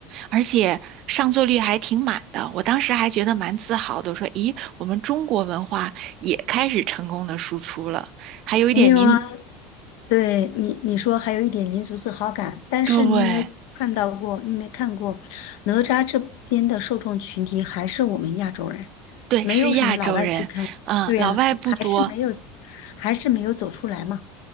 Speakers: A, on the right; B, on the left.
A: 而且上座率还挺满的。我当时还觉得蛮自豪的，我说：“咦，我们中国文化也开始成功的输出了，还有一点民，
B: 没有啊。对你你说还有一点民族自豪感，但是你有没有看到过？
A: 对
B: 你有没有看过哪吒这边的受众群体还是我们亚洲人，
A: 对，
B: 没有什么老外去看。
A: 是亚洲人，嗯，
B: 对呀，
A: 老外不多。”
B: 还是没有，还是没有走出来嘛，